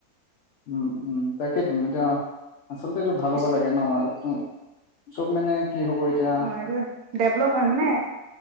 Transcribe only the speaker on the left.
উম উম, তাকেইটো ন এতিয়া আচলতে এইটো ভাল
হ'ব লাগে ন এক চব মানে কি হ'ব এতিয়া